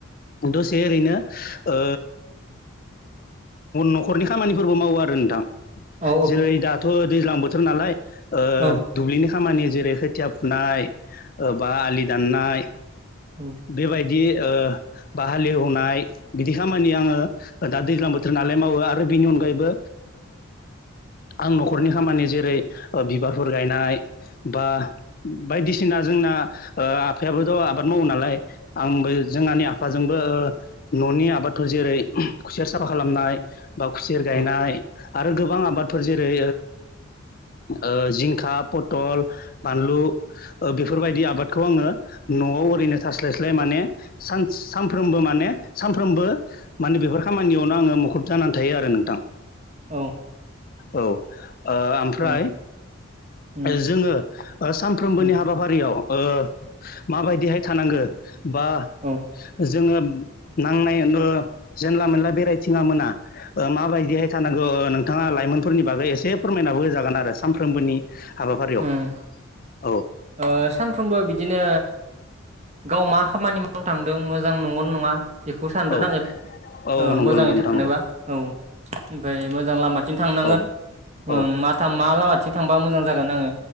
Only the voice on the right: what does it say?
औ
औ
औ
औ
औ
औ उम
उम
औ
उम
ओ सानफ्रोमबो बिदिनो गाव मा खामानि मावनो थांदों मोजां नंगौ नङा बेखौ सानद्रोनांगोन
ओ
मोजाङै
थानोबा
औ ओमफाय मोजां लामाथिं थांनांगोन
<unintelligible>
मा लामाथिं थांबा मोजां जागोन आङो